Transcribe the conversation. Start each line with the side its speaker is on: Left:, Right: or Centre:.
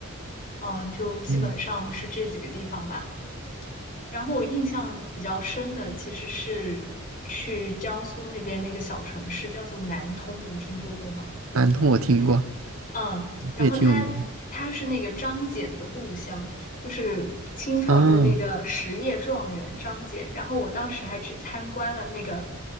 Left: 嗯、就基本上是这几个地方吧。
Right: 嗯，
Left: 然后我印象比较深的其实是去江苏那边那个小城市，叫做南通，你听说过吗？
Right: 南通我听过，
Left: 嗯，然后他他是那个张謇的故乡，
Right: 也挺有名的。
Left: 就是清朝的那个实业状元张謇。
Right: 啊，
Left: 然后我当时还去参观了那个